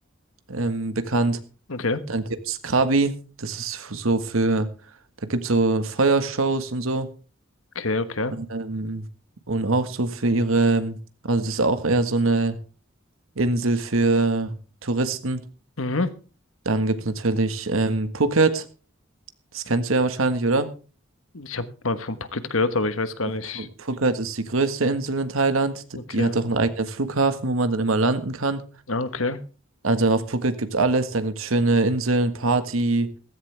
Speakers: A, on the right (about 85°); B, on the left (about 80°).
A: ähm, bekannt.
B: Okay.
A: Dann gibt es Krabi, das ist f- so für, da gibt es so Feuershows und so.
B: Okay, okay.
A: Ähm, und auch so für ihre, also das ist auch eher so eine Insel für Touristen.
B: Mhm.
A: Dann gibt es natürlich ähm, Phuket, das kennst du ja wahrscheinlich, oder?
B: Ich habe mal von Pocket gehört, aber ich weiß gar nicht.
A: Phu- Phuket ist die größte Insel in Thailand. D-
B: Okay.
A: Die hat auch einen eigenen Flughafen, wo man dann immer landen kann.
B: Ah, okay.
A: Also auf Phuket gibt's alles, da gibt's schöne Inseln, Party,